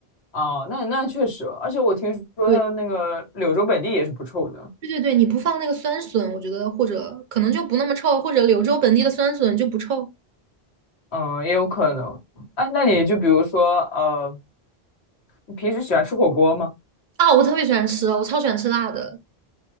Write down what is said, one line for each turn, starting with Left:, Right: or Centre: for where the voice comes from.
Left: 啊，那那确实，而且我听说它那个柳州本地也是不臭的，
Right: 对，对对对，你不放那个酸笋，我觉得或者可能就不那么臭，或者柳州本地的酸笋就不臭
Left: 嗯，也有可能。哎，那你就比如说，呃，你平时喜欢吃火锅吗？
Right: 啊。我特别喜欢吃哦我超喜欢吃辣的